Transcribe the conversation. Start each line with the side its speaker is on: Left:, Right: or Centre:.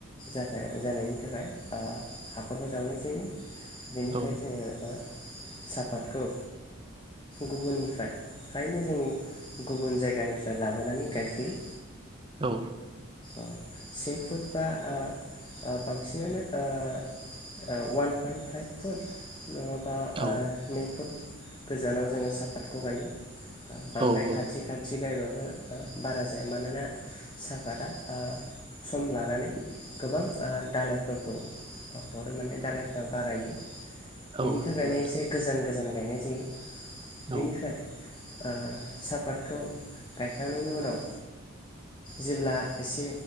Left: जानायनि थाखाय हाखरबो जावनाय जायो। बेनिफ्राय
Right: औ
Left: जोङो सापातखौ गुबुननिफ्राय खायनो जों गुबुन जायगानिफ्राय लाबोनानै गायफैयो।
Right: औ।
Left: औ से फुट बा आ बांसिनानो ओ वान पइन्ट फाइभ फुट ओ
Right: औ।
Left: नै फुट गोजानाव जोङो सापातखौ गायो बांद्राय
Right: औ
Left: खाथि खाथि गायबा बारा जाया मानोना साहफादा सम लानानै गोबां दालायफोरखौ हर माने दालायफ्रा बारायो।
Right: औ
Left: बेनि थाखायनो
Right: नंगौ नोंथां
Left: एसे गोजान गोजान गायनाय जायो
Right: औ
Left: बेनिफ्राय ओ साहापातखौ गायखांनायनि उनाव जेब्ला एसे